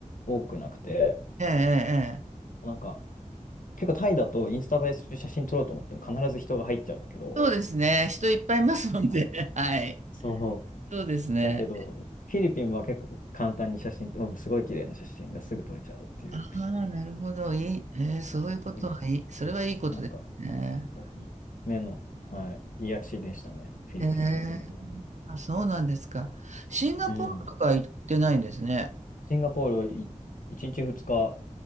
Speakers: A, on the left; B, on the right.
A: 多くなくて、
B: ええ、ええ。
A: なんか、結構タイだとインスタ映えする写真撮ろうと思っても必ず人が入っちゃうんだけど、
B: そうですね。人いっぱいいますので。
A: はい。
B: <laughs> はい。
A: そう
B: そうですね。
A: だけど、フィリピンは結構簡単に写真、うん、すごい綺麗な写真がすぐ撮れちゃうっていう、
B: ああ、なるほど。いい。ええ、そういうことはいい。
A: すごい、
B: それはいいことですね。
A: なんか、本当に目の、はい、癒やしでしたね、フィリピンの海は。
B: ええあ、そうなんですか。シンガポールとか行ってないんですね。
A: うん。シンガポールをい1日2日